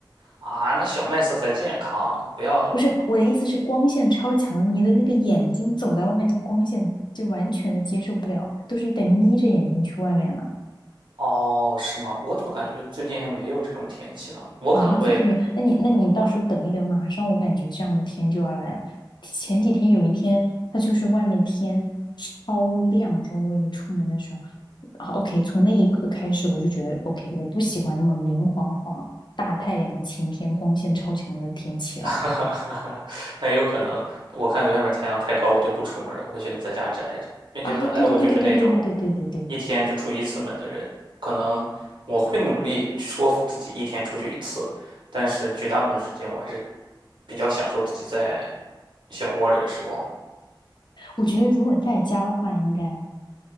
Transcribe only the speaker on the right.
啊，那小麦色才健康，不要
哦，是吗？我怎么感觉最近还没有这种天气呢？我可能会。
<laughs> 哈哈哈哈，那也有可能，我看在外面太阳太高，我就不出门儿我会选择在家宅着，并且本来我就是那种
一天就出一次门的人，可能我会努力说服自己一天出去一次，但是绝大部分时间我还是比较享受自己在小窝里的时光的。